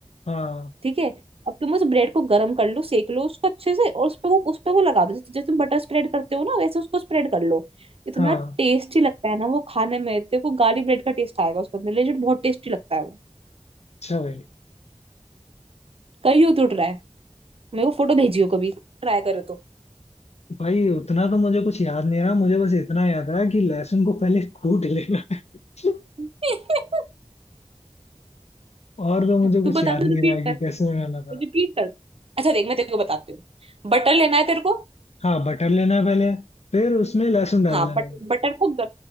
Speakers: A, on the left (about 75°); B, on the right (about 60°).
A: हाँ
B: ठीक है अब तुम उस ब्रेड को गर्म कर लो सेक लो उसको अच्छे से और उस पे वो उस पे वो लगा दो जैसे जैसे तुम बटर स्प्रेड करते हो ना वैसे उसको स्प्रेड कर लो इतना
A: हाँ
B: टेस्टी लगता है ना वो खाने में तेरे को गार्लिक ब्रेड का टेस्ट आएगा उसके अंदर लेजिट बहुत टेस्टी लगता है वो
A: अच्छा भाई
B: करियो तो ट्राई मेरे को फोटो भेजियो कभी ट्राई करो तो
A: भाई उतना तो मुझे कुछ याद नहीं रहा मुझे बस इतना याद रहा कि लहसुन को पहले कूट लेना है। <laughs>
B: <laughs>
A: और तो मुझे कुछ
B: तू बता
A: याद
B: दो
A: नहीं
B: रिपीट
A: रहा कि
B: कर
A: कैसे बनाना था
B: रिपीट कर अच्छा देख मैं तेरे को बताती हूँ बटर लेना है तेरे को
A: हाँ बटर लेना है पहले फिर उसमें लहसुन डाल
B: हाँ
A: देना
B: बट, बटर को गर,